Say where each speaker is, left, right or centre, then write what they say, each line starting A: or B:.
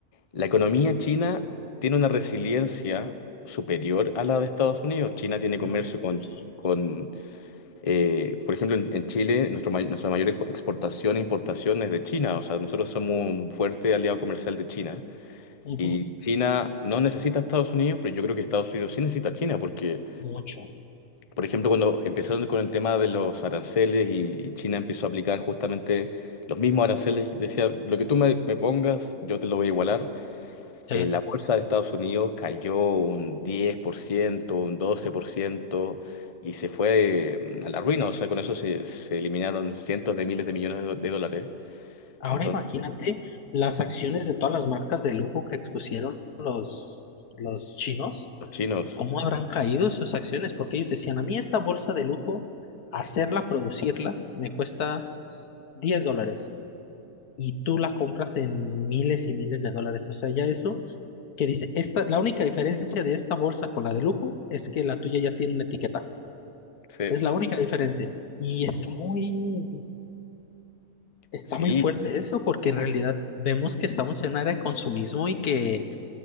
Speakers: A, on the left; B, on the left.
A: la economía china tiene una resiliencia superior a la de Estados Unidos. China tiene comercio
B: No,
A: con...
B: sí.
A: con eh, por ejemplo, en, en Chile, nuestro, may- nuestra mayor expo- exportación e importación es de China. O sea, nosotros somos un fuerte aliado comercial de China.
B: Ujú,
A: Y China no necesita a Estados Unidos, pero yo creo que Estados Unidos sí necesita a China, porque,
B: Mucho.
A: por ejemplo, cuando empezaron con el tema de los aranceles y, y China empezó a aplicar justamente los mismos aranceles, decía, lo que tú me, me pongas, yo te lo voy a igualar.
B: Sí.
A: Eh, la bolsa de Estados Unidos cayó un diez por ciento un 12% y se fue eh, a la ruina. O sea, con eso se, se eliminaron cientos de miles de millones de, do- de dólares.
B: Ahora
A: Entonces,
B: imagínate las acciones de todas las marcas de lujo que expusieron los, los chinos,
A: los chinos,
B: cómo habrán caído sus acciones, porque ellos decían, a mí esta bolsa de lujo, hacerla, producirla, me cuesta 10 dólares y tú la compras en miles y miles de dólares. O sea, ya eso que dice, esta, la única diferencia de esta bolsa con la de lujo es que la tuya ya tiene una etiqueta.
A: sí,
B: Es la única diferencia. Y está muy, Está
A: sí.
B: muy fuerte eso, porque en realidad vemos que estamos en un área de consumismo y que,